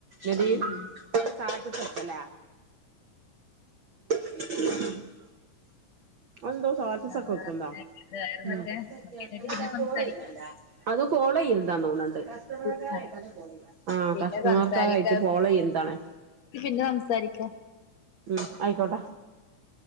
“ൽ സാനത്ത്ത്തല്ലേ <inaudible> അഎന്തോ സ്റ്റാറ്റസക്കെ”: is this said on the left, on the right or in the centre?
Right